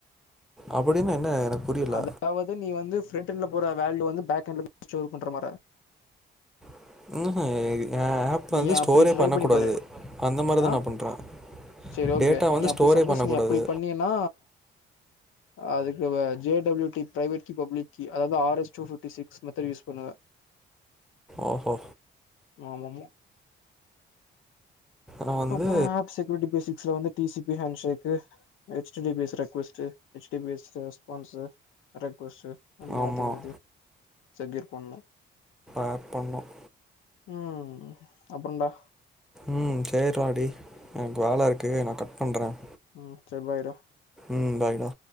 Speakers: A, in the centre; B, on the left.
A: அப்படின்ன என்ன எனக்கு புரியல
B: அதாவது நீ வந்து ஃப்ரண்ட் எண்டுல போடுற வேல்யூ வந்து பேக் எண்டல ஸ்டோர் பண்ற மாதிரி டா
A: <unintelligible> ஆப்
B: நீ
A: வந்து ஸ்டோரே
B: அப்படி ட்ரை
A: பண்ணக்கூடாது
B: பண்ணி பாரு
A: அந்த மாரி தான்
B: ஆஹ்
A: நான் பண்ணுறேன்
B: சரி ஓகே
A: டேட்டா
B: நீ
A: வந்து
B: அப்படி
A: ஸ்டோரே
B: சப்போஸ்
A: பண்ணக்கூடாது
B: நீ அப்படி பண்ணியன்னா அதுக்கு J double you T private key public key அதாவது R S two fifty six method use பண்ணுவ
A: ஆஹா
B: ஆமாமா
A: நான் வந்து
B: அப்புறம் ஆப் செக்யூரிட்டி பேசிக்ஸ்ல வந்து T C P handshake H T base request H T base response request அ மாத்தி
A: ஆமாம்
B: மாத்தி சக்கீர் பண்ணும்
A: ஆட் பண்ணோம்
B: உம் அப்புறன்டா
A: உம் சேரிடா டேய் எனக்கு வேல இருக்கு நான் கட் பண்றேன்
B: உம் சரி பாய் ரா
A: ம் பாய் டா